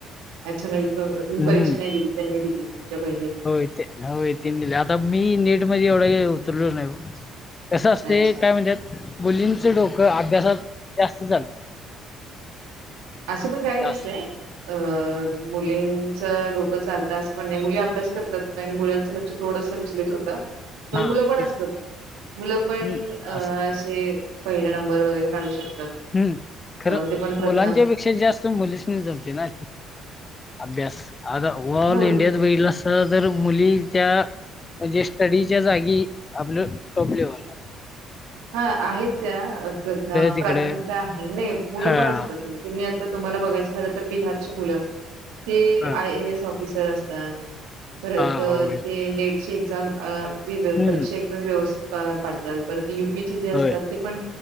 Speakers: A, on the right; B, on the left.
A: अच्छा म्हणजे तु तुम्ही
B: हम्म
A: परीक्षा नाही दिली त्यांनी दिली तुमच्या बहिणीने
B: हो ते होय त दिल्या आता मी नेट मध्ये एवढं उतरलो नाही कसं असते
A: अच्छा
B: काय म्हणतात मुलींचं डोक अभ्यासात जास्त चालतं.
A: असं पण काय नसतय
B: जास्त
A: अ मुलींच डोक चालतंय असं मुली अभ्यास करतात मुलांचं लक्ष थोडस विचारत होत पण
B: हां
A: मुलं पण
B: तेच.
A: असतात मुलं पण
B: हं.
A: असे
B: असं
A: पहिल्यांदा नंबर वगैरे काढू शकतात
B: हं. खरं
A: ते पण स्पर्धा
B: मुलांच्या पेक्षा जास्त मुलीसनी जमते ना अभ्यास आता ओव्हऑल
A: हो
B: इंडियात बघीतल अस तर मी त्या म्हजे स्टडीच्या जागी आपलं टॉप लेवलला हाय.
A: हा आहेत, त्या प्रथ
B: तिकडं
A: प्राथमिक ते आहे, नाही मुलं
B: हां.
A: पण असतात तुम्ही आता तुम्हाला बघायच झालं तर बिहारची मुलं ते
B: हां.
A: आय. ए. एस. ऑफिसर असतात परत
B: हां. होय.
A: ते नेटचे जाऊन अगदी
B: हं.
A: परीक्षा एकदम व्यवस्थित पाडतात परत यू पी, जे असतात
B: होय.
A: ते पण